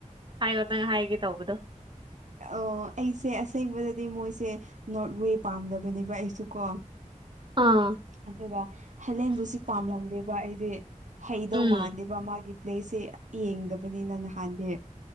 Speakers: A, on the right (about 35°); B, on the right (about 65°).
A: ꯍꯥꯏꯌꯣ ꯅꯪ ꯍꯥꯏꯒꯦ ꯇꯧꯕꯗꯣ
B: ꯑꯣ ꯑꯩꯁꯦ ꯑꯁꯦꯡꯕꯗꯗꯤ ꯃꯣꯏꯁꯦ ꯅꯣꯔꯠ ꯋꯦ ꯄꯥꯝꯗꯕꯅꯦꯕ ꯑꯩꯁꯨ ꯀꯣ
A: ꯑꯥ
B: ꯑꯗꯨꯒ ꯍꯦꯂꯦꯟꯕꯨ ꯁꯨ ꯄꯥꯝꯂꯝꯗꯦꯕ ꯑꯩꯗꯤ ꯍꯩꯗꯧ
A: ꯎꯝ
B: ꯃꯥꯟꯗꯦꯕ ꯃꯥꯒꯤ ꯄ꯭ꯂꯦꯁꯦ ꯌꯦꯡꯗꯕꯅꯤꯅ ꯅꯍꯥꯟꯗꯤ